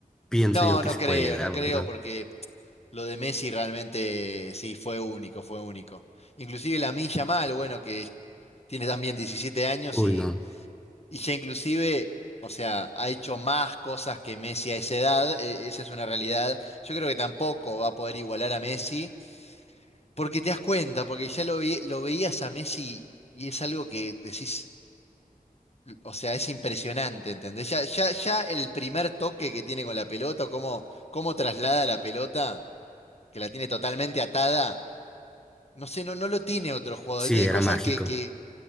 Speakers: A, in the centre; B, on the left.
A: Pienso
B: No,
A: yo que
B: no
A: sí
B: creo,
A: puede llegar,
B: no creo,
A: ¿verdad?
B: porque lo de Messi realmente sí fue único, fue único. Inclusive la Milla Mal, bueno, que tiene también diecisiete años
A: Uy,
B: y,
A: no.
B: y ya inclusive, o sea, ha hecho más cosas que Messi a esa edad, eh, esa es una realidad. Yo creo que tampoco va a poder igualar a Messi, porque te das cuenta, porque ya lo, ve- lo veías a Messi y es algo que decís, o sea, es impresionante, ¿entendés? Ya, ya, ya el primer toque que tiene con la pelota, o cómo, cómo traslada la pelota. que la tiene totalmente atada. No sé, no, no lo tiene otro jugador.
A: Sí,
B: Tiene
A: era
B: cosas
A: mágico.
B: que, que-